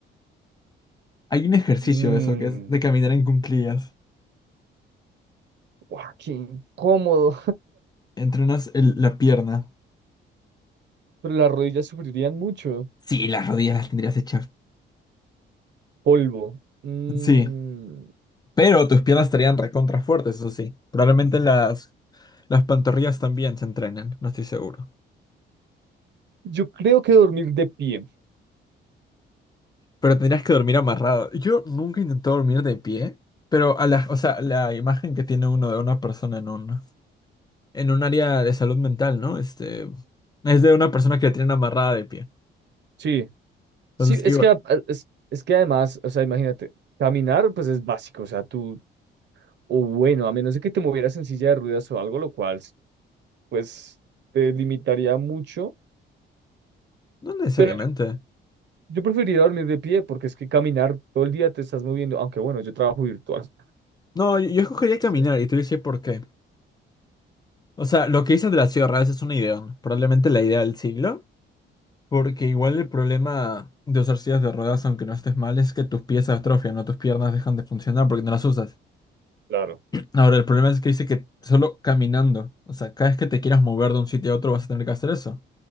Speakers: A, on the left; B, on the right.
A: Hay un ejercicio
B: Mm,
A: de eso que es de caminar en cuclillas.
B: guau qué incómodo.
A: Entrenas el- la pierna.
B: pero las rodillas sufrirían mucho.
A: Sí, las rodillas las tendrías hechas.
B: Polvo. Mm,
A: Sí, pero tus piernas estarían recontra fuertes, eso sí. Probablemente las, las pantorrillas también se entrenen, no estoy seguro.
B: yo creo que dormir de pie.
A: Pero tendrías que dormir amarrado. Yo nunca he intentado dormir de pie, pero a la, o sea, la imagen que tiene uno de una persona en un, en un área de salud mental, ¿no? Este, es de una persona que la tienen amarrada de pie.
B: Sí, sí,
A: Entonces, igual,
B: es que, a- a- es, es que además, o sea, imagínate, caminar pues es básico, o sea, tú, o bueno, a menos de que te movieras en silla de ruedas o algo, lo cual pues te limitaría mucho,
A: no necesariamente.
B: pero yo, yo preferiría dormir de pie porque es que caminar todo el día te estás moviendo, aunque bueno, yo trabajo virtual. <laughs>
A: No, yo, yo escogería caminar
B: Sí,
A: y te dices por qué. O sea, lo que dices de las silla es una idea, ¿no? probablemente la idea del siglo, porque igual el problema de usar sillas de ruedas, aunque no estés mal, es que tus pies se atrofian, no tus piernas dejan de funcionar porque no las usas.
B: claro.
A: Ahora, el problema es que dice que solo caminando, o sea, cada vez que te quieras mover de un sitio a otro vas a tener que hacer eso.